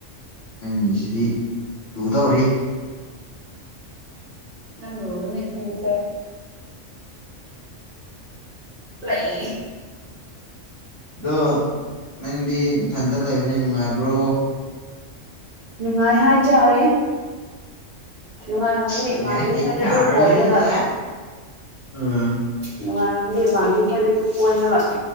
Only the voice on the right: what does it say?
ꯌꯥꯝ ꯂꯨꯕꯅꯦ ꯑꯩꯒꯤꯁꯦ ꯂꯩ
ꯅꯨꯡꯉꯥꯏ ꯍꯥꯏꯇꯥꯔꯦ ꯅꯨꯡꯉꯥꯏꯃꯟꯕꯒꯤ
ꯏꯃꯥꯟꯕꯤ
ꯈꯣꯏꯗ ꯑꯗꯨꯝ ꯀꯣꯏꯔꯒ
ꯅꯨꯡꯉꯥꯏꯃꯟꯕꯩ ꯏꯃꯥꯟꯕꯤ ꯈꯣꯏꯗ ꯑꯗꯨꯝ ꯀꯣꯏꯔꯒ